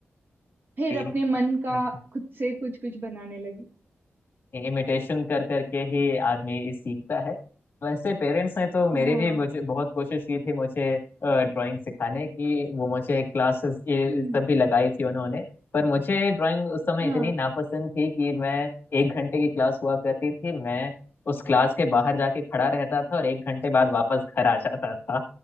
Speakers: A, on the right; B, on the left.
A: फिर
B: चाहिए
A: अपने मन का खुद से कुछ कुछ बनाने लगी
B: इमिटेशन कर करके ही आदमी सीखता है वैसे पेरेंट्स ने तो मेरे
A: हाँ
B: भी मुझे बहुत कोशिश की थी मुझे ड्राइंग सिखाने की वो मुझे क्लासेस ये
A: हम्म
B: सब भी लगाई थी उन्होंने पर मुझे ड्राइंग उस समय
A: हाँ
B: इतनी नापसंद थी कि मैं एक घंटे की क्लास हुआ करती थी मैं उस क्लास के बाहर जाके खड़ा रहता था और एक घंटे बाद वापस घर आ जाता था